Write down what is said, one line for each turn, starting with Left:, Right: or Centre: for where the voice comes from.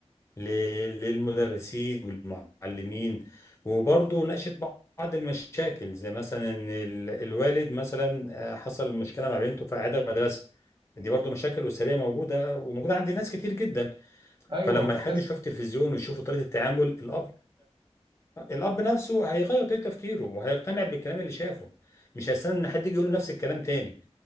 Left: ل- للمدرسين والمعلمين وبرضه ناقشت بعض المشاكل زي مثلا ان ال- الوالد مثلا آه، حصل مشكله مع بنته في اعاده مدرسه دي برضه مشاكل اسريه موجوده وموجوده عند ناس كتير جدا
Right: أيوه
Left: فلما
Right: في
Left: حد
Right: ناس
Left: يشوف تلفزيون ويشوف طريقه التعامل الاب الاب نفسه هيغير طريقه تفكيره وهيقتنع بالكلام اللي شافه مش هيستنى ان حد يجي يقول له نفس الكلام تاني